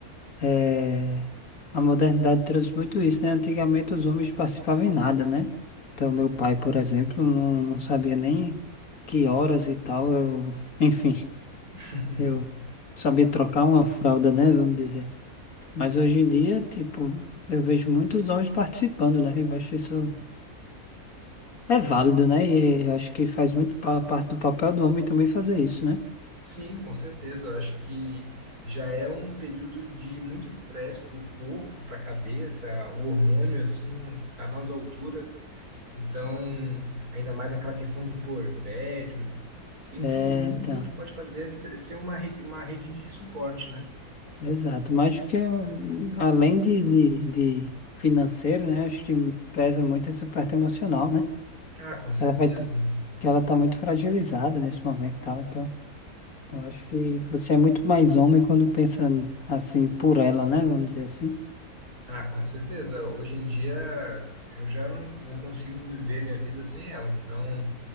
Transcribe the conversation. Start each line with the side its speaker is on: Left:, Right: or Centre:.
Left: é, a modernidade trouxe muito isso, né? Antigamente os homens participavam em nada, né? Então, meu pai, por exemplo, não, não sabia nem que horas e tal. Eu, enfim,
Right: <laughs>
Left: eu sabia trocar uma fralda, né? Vamos dizer. Mas hoje em dia, tipo, eu vejo muitos homens participando, né? Eu acho isso. É válido, né? E acho que faz muito pa- parte do papel do homem também fazer isso, né?
Right: Sim, com certeza. Eu acho que já é um período de muito estresse para o corpo, para a cabeça, o hormônio, assim, tá nas alturas. Então, ainda mais aquela questão do puerpério. Tem
Left: É,
Right: que, o mínimo
Left: tá.
Right: que a gente pode fazer é ser uma rede, uma rede de suporte, né?
Left: Exato. Mas acho que é, além de, de, de financeiro, né? Acho que pesa muito essa parte emocional, né?
Right: Ah, com certeza.
Left: Ela vai tá,
Right: né?
Left: que ela tá muito fragilizada nesse momento, e tal. Então, eu acho que você é muito mais homem quando pensa assim por ela, né? Vamos dizer assim.
Right: Ah, com certeza. Hoje em dia eu já não, não consigo viver minha vida sem ela. Então,